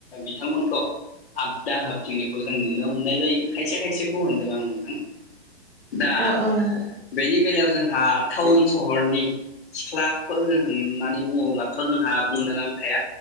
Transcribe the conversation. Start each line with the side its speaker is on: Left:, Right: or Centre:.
Left: बिथांमोनखौ आबदा होबथिंनायखौ जों नुनो मोननाय जायो खायसे खायसेखौ होनदों आं नोंथां दा
Right: औ औ नंगौ
Left: बेनि बेलायाव जोंहा टाउन सहरनि सिख्लाफोर होननानै बुङोब्लाथ' जोंहा बुंनो नांखाया